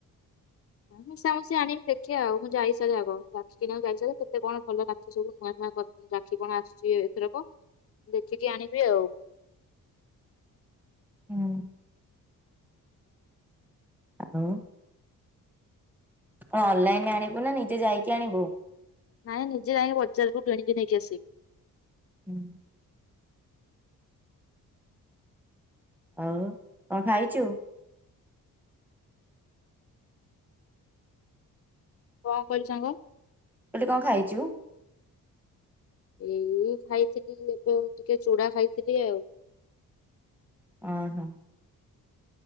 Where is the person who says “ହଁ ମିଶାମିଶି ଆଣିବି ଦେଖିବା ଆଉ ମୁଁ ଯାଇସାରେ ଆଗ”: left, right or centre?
Left